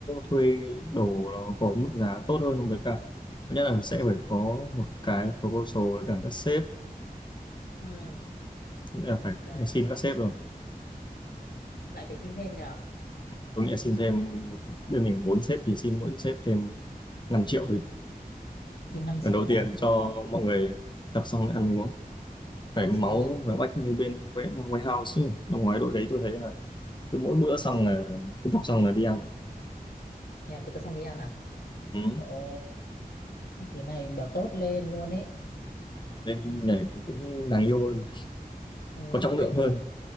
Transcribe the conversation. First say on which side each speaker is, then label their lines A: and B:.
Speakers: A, on the left; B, on the left.
A: thuê đồ nó có mức giá tốt hơn với cả thứ nhất là sẽ phải có một cái proposal với cả các sếp
B: Ừ.
A: nghĩa là phải
B: đấy
A: xin các sếp rồi
B: ừ. lại phải xin thêm nhờ
A: tôi nghĩ là xin thêm bên mình 4 sếp thì xin mỗi sếp thêm 5 triệu đi
B: xin 5
A: lần
B: triệu
A: đầu tiên
B: à
A: cho mọi người tập xong ăn uống phải
B: tập
A: máu
B: xong đi ăn
A: và oách như bên White- Whitehouse chứ năm ngoái đội đấy tôi thấy là cứ mỗi bữa xong là cứ tập xong là đi ăn
B: nhà cứ tập xong đi ăn à
A: ừ.
B: Ồ, thế này béo tốt lên luôn ấy
A: nên nhảy cũng đáng yêu hơn
B: ừ,
A: có trọng
B: lên
A: lượng
B: nhảy
A: hơn
B: cho